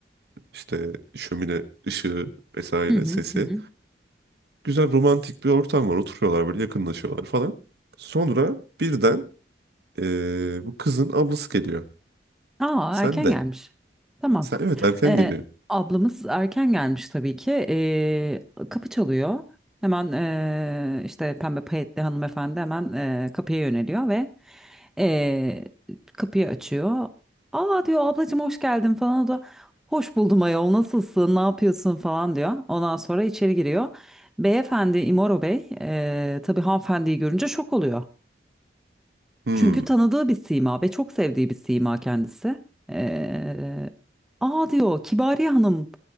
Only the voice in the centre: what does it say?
Hı hı
hı. hı.
Aa
erken
gelmiş. Tamam
Ee,
ablamız erken gelmiş tabii ki. Ee, kapı çalıyor. Hemen ee, işte pembe payetli hanımefendi hemen ee, kapıya yöneliyor ve ee, kapıyı açıyor. Aa diyor ablacığım hoş geldin falan. O da hoş buldum ayol nasılsın ne yapıyorsun falan diyor. Ondan sonra içeri giriyor. Beyefendi İmoro Bey ee, tabii hanımefendiyi görünce şok oluyor.
Çünkü tanıdığı bir sima ve çok sevdiği bir sima kendisi. Ee, Aa diyor Kibariye Hanım